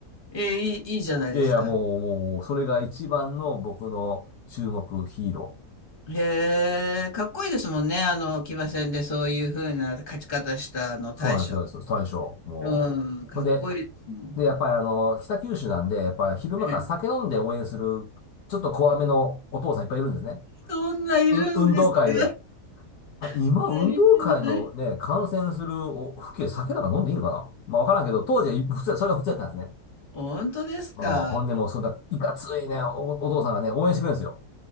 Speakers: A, on the left; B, on the left.
A: ええ、いいいいじゃないですか。
B: いやいや、もう、もう、それが一番の僕の注目ヒーロー。
A: へえ、かっこいいですもんね、あの、騎馬戦でそういう風な勝ち方したあの大将。
B: そうなんですよ、そう大将。もう。
A: うん、かっこいいですもん。
B: ほんで、で、やっぱりあの、北九州なんで、やっぱり昼間から酒飲んで応援する、
A: ええ。
B: ちょっと怖めのお父さんいっぱいいるんですね。
A: そんないるんですか？
B: う、運動会で。あれ、今、
A: <laughs>
B: 運動会のね、
A: 足りない。
B: 観戦するお、父兄、酒なんか飲んでいいのかなまあ、わからんけど、当時はい普通、それが普通やったんですね。
A: 本当ですか？
B: うん。ほんでもう、そんな、いかついね、お、お父さんがね、応援してくれるんですよ。